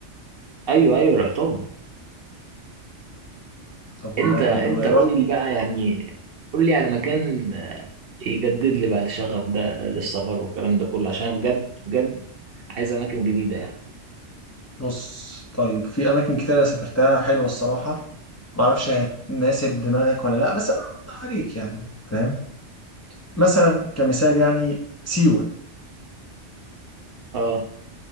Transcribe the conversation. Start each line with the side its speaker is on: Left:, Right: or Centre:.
Right: أيوه أيوه رحتهم
Left: طب والله
Right: أنت
Left: حلو
Right: أنت
Left: رحت
Right: قول لي بقى يعني قول لي على مكان يجدد لي بقى الشغف ده للسفر والكلام ده كله عشان أنا بجد بجد عايز اماكن جديده يعني
Left: بص طيب في اماكن كتير انا سافرتها حلوة الصراحة معرفش هتناسب دماغك ولا لا بس انا هوضح عليك يعني فاهم؟ مثلا كمثال يعني سيوة
Right: اه